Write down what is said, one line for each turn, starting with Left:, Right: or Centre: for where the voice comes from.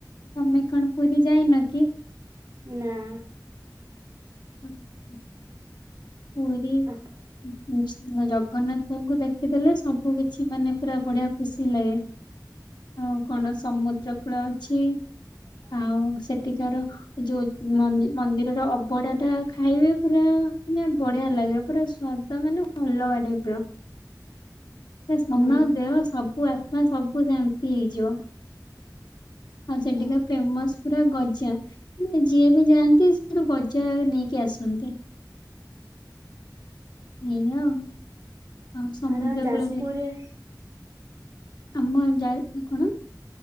Left: ତମେ କଣ ପୁରୀ ଯାଇନ କି?
Right: ନାଁ।
Left: ହୁଁ ହୁଁ। ପୁରୀ---ଉଁ
Right: ଆପ
Left: ହୁଁ ଜଗନ୍ନାଥଙ୍କୁ ଦେଖିଦେଲେ, ସବୁ କିଛି ମାନେ ପୁରା ବଢ଼ିଆ ଖୁସି ଲାଗେ। ଆଉ କଣ, ସମୁଦ୍ର କୂଳ ଅଛି।
Right: <inaudible>
Left: ଆଉ ସେଠିକାର ଯୋଉ ମନ୍ଦିର ମନ୍ଦିରର ଅବଡା ଟା ଖାଇବେ ପୁରା ମାନେ ବଢିଆ ଲାଗେ। ପୁରା ସ୍ଵାଦ ମାନେ ଅଲଗା ଟାଇପ୍ ର। ସ୍ନ
Right: ଅ
Left: ଦେହ ସବୁ ଆତ୍ମା ସବୁ ଶାନ୍ତି ହେଇଯିବ। ଆଉ ସେଠିକା
Right: ଓ
Left: ଫେମସ ପୁରା ଗଜା। ନା ଯିଏ ବି ଯାଆନ୍ତି ସେଠୁ ବଜାର ନେଇକି ଆସନ୍ତି। ଏଇଆ ଆଉ। ଆଉ ସମୁଦ୍ର
Right: ଆ ତମ ଯାଜପୁରରେ
Left: କୂଳରେ ଆମ ଯା କଣ?